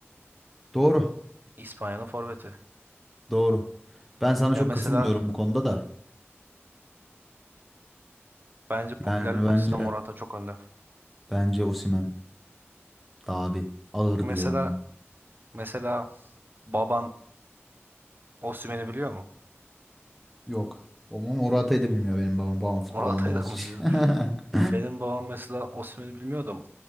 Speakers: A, in the centre; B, on the right.
A: doğru.
B: İspanya'nın forveti.
A: Doğru. Ben sana
B: Ya
A: çok
B: mesela
A: katılmıyorum bu konuda da.
B: bence popülerlik
A: Yani bence
B: açısından Morata çok önde.
A: bence Osimhen daha bir ağır
B: Mesela
A: diyorum ben.
B: mesela baban Osimhen'i biliyor mu?
A: Yok. O mu- Morata'yı da bilmiyor benim babam.
B: <laughs>
A: Babam futbol
B: Morata'yı
A: anlamaz
B: da mı
A: hiç.
B: biliyor?
A: <laughs>
B: Benim babam mesela Osimhen'i bilmiyordum.